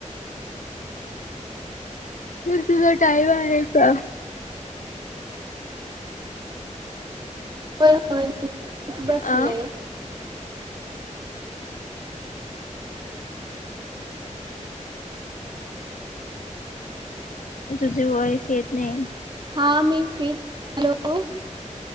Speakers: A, on the left (about 85°); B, on the right (about 35°).
A: तर तुला टाईम आहे का?
B: होय होय <unintelligible> नच बसले.
A: अ तुझे व्हाईस येत नई.
B: हा मी फ्री च हॅलो